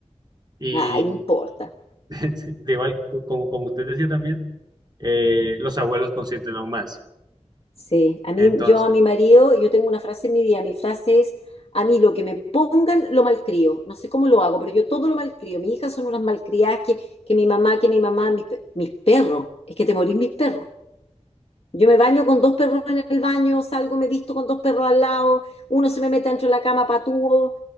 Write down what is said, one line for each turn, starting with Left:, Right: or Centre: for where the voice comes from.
Right: Y
Left: Ay, no importa.
Right: <laughs> de igual, co- como, como usted decía también, eh, los abuelos consienten aún más.
Left: Sí, a mí,
Right: Entonces,
Left: yo a mi marido, yo tengo una frase en mi día, mi frase es, a mí lo que me pongan lo malcrio, no sé cómo lo hago, pero yo todo lo malcrio, mis hijas son unas malcriadas que, que mi mamá, que mi mamá, mis, pe- mis perros, es que te morís mis perros, yo me baño con dos perros en el baño, salgo, me visto con dos perros al lado, uno se me mete dentro de la cama patúo,